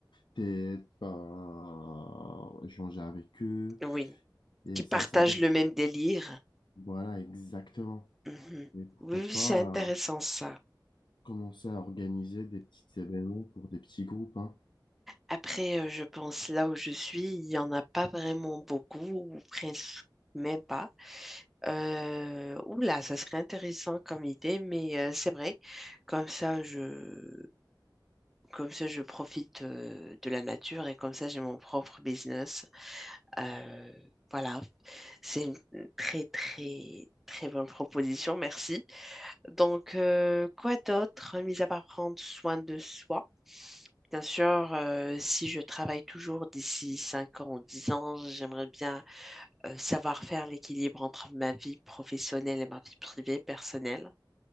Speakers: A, on the left; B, in the centre.
A: t'aider, euh, échanger avec eux.
B: Oui.
A: Et
B: qui partagent
A: ça, ça gagne.
B: le même délire.
A: Voilà, exactement.
B: Mhm.
A: Et pourquoi
B: Oui, oui,
A: pas
B: c'est intéressant
A: euh,
B: ça.
A: commencer à organiser des petits événements pour des petits groupes, hein.
B: Après, euh, je pense là où je suis, il n'y en a pas vraiment beaucoup, ou presque même pas. Euh, oula, ça serait intéressant comme idée, mais euh, c'est vrai. Comme ça, je, comme ça, je profite euh, de la nature et comme ça, j'ai mon propre business. Euh, voilà, c'est une très, très, très bonne proposition. Merci. Donc, euh, quoi d'autre, mis à part prendre soin de soi? Bien sûr, euh, si je travaille toujours d'ici 5 ans ou 10 ans, j'aimerais bien euh, savoir faire l'équilibre entre ma vie professionnelle et ma vie privée, personnelle,